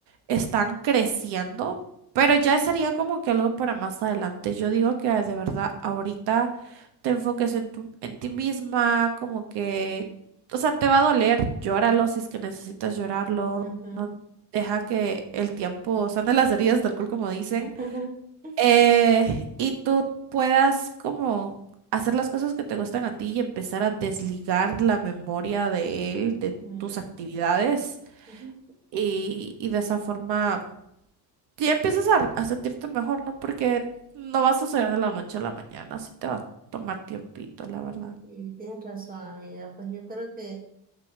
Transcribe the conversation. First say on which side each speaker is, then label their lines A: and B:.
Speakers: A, on the right (about 75°); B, on the right (about 20°).
A: están creciendo, pero ya sería como que algo para más adelante. Yo digo que de verdad ahorita te enfoques en tu, en ti misma, como que, o sea, te va a doler, llóralo si es que necesitas llorarlo,
B: ujú,
A: no deja que el tiempo sane las heridas, tal cual como dicen
B: <laughs>
A: eh, y tú puedas como hacer las cosas que te gustan a ti y empezar a desligar la memoria de él, de
B: ujú, mm,
A: tus actividades
B: ujú.
A: y, y de esa forma ya empiezas a, a sentirte mejor, ¿no? Porque no va a suceder de la noche a la mañana, sí te va a tomar tiempito, la verdad.
B: Y tienes razón, amiga, pues yo creo que...